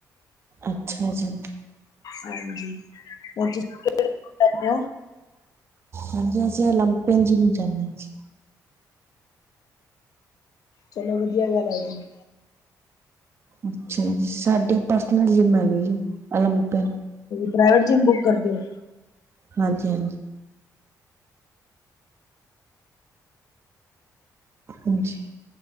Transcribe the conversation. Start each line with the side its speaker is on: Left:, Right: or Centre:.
Right: ਅੱਛਾ ਜੀ।
Left: ਹਾਂਜੀ ਹੋਰ ਤੁਸੀਂਦੇ <unintelligible> ਹੋ
Right: ਹਾਂਜੀ, ਅਸੀਂ ਓਲੰਪੀਨ ਜਿੰਮ ਜਾਨੇ ਆ ਜੀ।
Left: ਚਲੋ, ਵਧੀਆ ਗੱਲ ਐ ਜੀ।
Right: ਅੱਛਾ ਜੀ, ਸਾਡੀ ਪਰਸਨਲ ਜਿੰਮ ਹੈਗੀ ਜੀ ਓਲੰਪਿਕ
Left: ਪ੍ਰਾਈਵੇਟ ਜਿੰਮ ਬੁੱਕ ਕਰਦੇ ਓ?
Right: ਹਾਂਜੀ ਹਾਂਜੀ ਹਾਂਜੀ